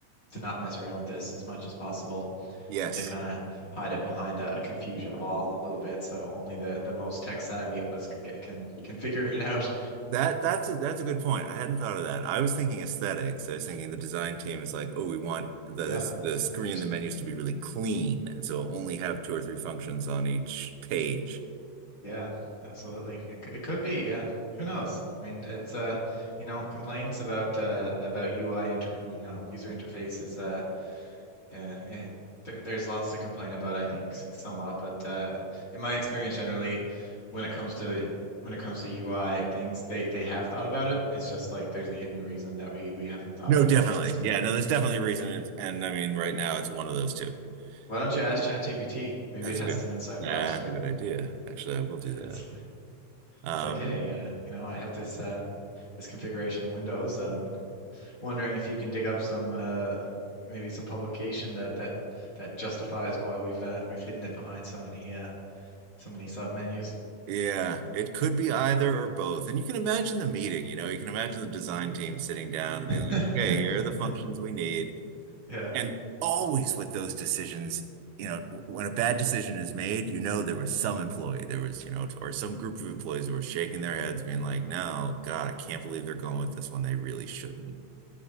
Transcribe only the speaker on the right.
yes.
That that's a that's a good point. I hadn't thought of that. I was thinking aesthetics. I was thinking the design team is like, oh, we want the
the screen,
the menus to be really clean, and so only have two or three functions on each page.
No,
definitely.
Yeah, no, there's definitely a reason. It's, and I mean, right now it's one of those two.
That's
a
good
that's
a
good idea. Actually, I will do
that.
Um,
yeah, it could be
either or both. And you can imagine the meeting, you know, you can imagine the design team sitting down and
being like, okay, here are the functions we need.
And always with those decisions, you know, when a bad decision is made, you know, there was some employee, there was, you know, or some group of employees that were shaking their heads, being like, no, God, I can't believe they're going with this one. They really shouldn't.